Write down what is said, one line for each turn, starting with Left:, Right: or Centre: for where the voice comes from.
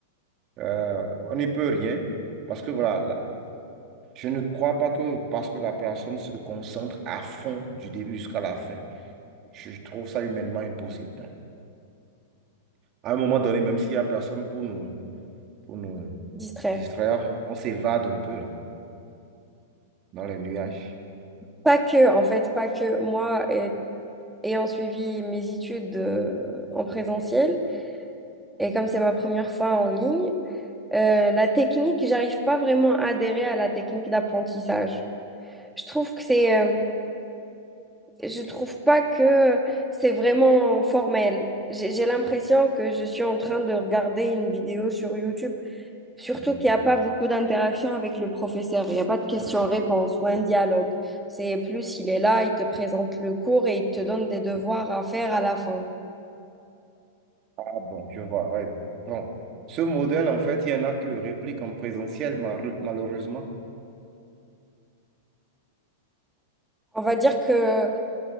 Right: euh, on n'y peut rien, parce que voilà, la- je ne crois pas que parce que la personne se concentre à fond du début jusqu'à la fin Je trouve ça humainement impossible. d'ailleurs. À un moment donné, même s'il n'y a personne pour nous, pour nous
Centre: distraire.
Right: distraire, on s'évade un peu là, dans les nuages.
Centre: Pas que, en fait, pas que moi, et- ayant suivi mes études euh, en présentiel, et comme c'est ma première fois en ligne, euh, la technique, j'arrive pas vraiment à adhérer à la technique d'apprentissage. Je trouve que c'est euh, je trouve pas que c'est vraiment formel. J'ai j'ai l'impression que je suis en train de regarder une vidéo sur YouTube, surtout
Right: Mhm.
Centre: qu'il n'y a pas beaucoup d'interaction avec le professeur. Il n'y a pas de questions-réponses ou un dialogue. C'est plus, il est là, il te présente le cours et il te donne des devoirs à faire à la fin.
Right: Ah bon, je vois, ouais. Bon, ce modèle, en fait, il y en a qui le répliquent en présentiel, mar- malheureusement.
Centre: On va dire que